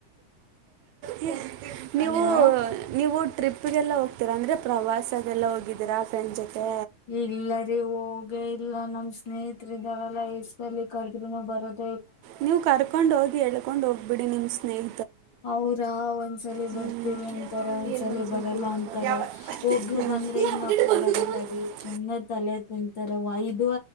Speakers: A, on the right; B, on the left.
A: <inaudible> ನೀವು
B: ಹಲೋ
A: ನೀವು ಟ್ರಿಪ್ಪಿಗೆಲ್ಲ
B: ಹಲೋ
A: ಹೋಗ್ತೀರಾ ಅಂದರೆ ಪ್ರವಾಸಗೆಲ್ಲ ಹೋಗಿದ್ದೀರಾ ಫ್ರೆಂಡ್ ಜೊತೆ
B: ಇಲ್ಲರಿ ಹೋಗ್. ಇಲ್ಲ ನಮ್ಮ್ ಸ್ನೇಹಿತ್ರು ಇದಾರಲ್ಲ ಎಷ್ಟ್ಸಲಿ ಕರುದ್ರುನು ಬರೋದ್
A: ನೀವು ಕರ್ಕೊಂಡ್ ಹೋಗಿ ಎಳ್ಕೊಂಡ್ ಹೋಗಿ. ಬಿಡಿ ನಿಮ್ ಸ್ನೇಹ.
B: ಅವ್ರಾ ಒಂದ್ಸಲಿ
A: ಹ್ಮ್
B: ಬರ್ತೀವಿ ಅಂತಾರೆ ಒಂದ್ಸಲಿ ಬರಲ್ಲ ಅಂತಾರೆ ಒಬ್ರು ಬಂದ್ರೆ ಇನ್ನೊಬ್ರು ಬರಲ್ಲಾರಿ ಸುಮ್ನೆ ತಲೆ. ತಿಂತರೆ ಐದು